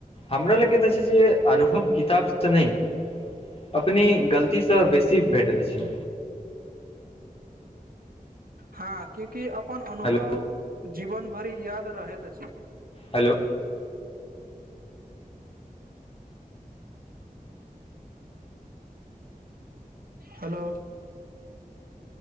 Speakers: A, on the left (about 40°); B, on the right (about 75°).
A: हमरा लग तऽ छै, जे अनुभव किताबसँ नहि अपने गलतीसँ बेसी भेट दैत छै।
B: हँ क्यूकि अपन अनुभव
A: हेलो
B: जीवन भरि याद रहैत अछि।
A: Hello
B: hello